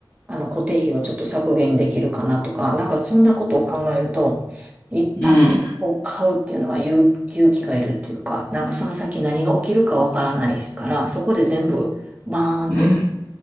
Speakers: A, on the right; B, on the left.
A: あの、固定費をちょっと削減できるかなとか、なんかそんなことを考えると、一発でこう買うっていうのは勇、
B: うん、
A: 勇気がいるっていうか、なんかその先何が起きるかわからないから、そこで全部バーンって
B: うん